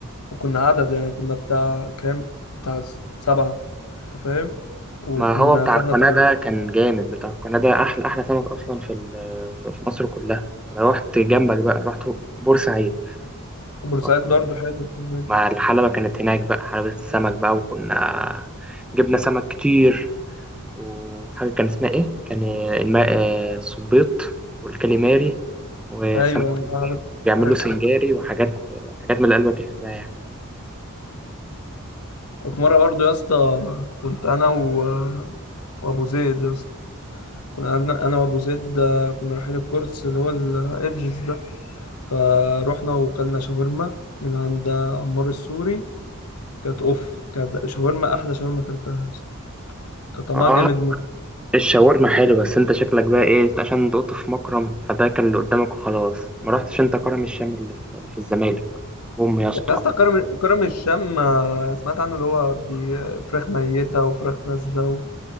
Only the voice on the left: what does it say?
وكنا عدد يعني كنا بتاع كام بتاع س- سبعة أنت فاهم وكنا
خدنا
ترابيزة
بورسعيد
برضه حلو <laughs>
أيوه أنا عارف
عارف
في مرة برضو يا اسطى كنت أنا و... وأبو زيد يا اسطى كنا أنا أنا وأبو زيد آه، كنا رايحين الكورس اللي هو الإدجز ده فروحنا وكلنا شاورما من عند عمار السوري كانت أوف كانت شاورما أحلى شاورما أكلتها يا اسطى كان طعمها
جامد موت
يا اسطى كرم كرم الشام آه، سمعت عنه اللي هو بي- فراخ ميتة وفراخ فاسدة